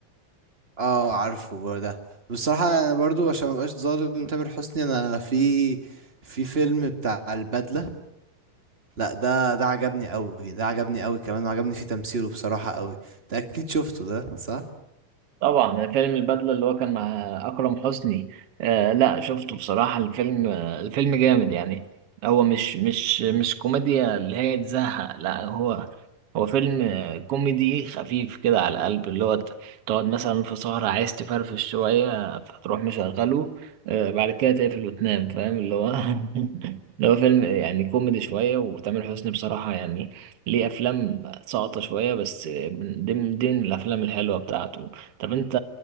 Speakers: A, on the right; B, on the right.
A: اه عارفه برضه ده بصراحة انا برضو عشان مبقاش ظالم تامر حسني انا في في فيلم بتاع البدلة لا ده ده عجبني قوي ده عجبني قوي كمان وعجبني فيه تمثيله بصراحة قوي ده اكيد شفته ده صح
B: طبعا فيلم البدلة اللي هو كان مع أكرم حسني آه لا شفته بصراحة الفيلم آه، الفيلم جامد يعني هو مش مش مش كوميديا اللي هي تزهق لا هو هو فيلم آه، كوميدي خفيف كده على القلب اللي هو ت- تقعد مثلا في سهرة عايز تفرفش شوية فتروح مشغله آه بعد كده تقفل وتنام فاهم اللي هو <laughs> اللي هو فيلم يعني كوميدي شوية وتامر حسني بصراحة يعني ليه أفلام ساقطة شوية بس من ضمن ضمن الأفلام الحلوة بتاعته طب انت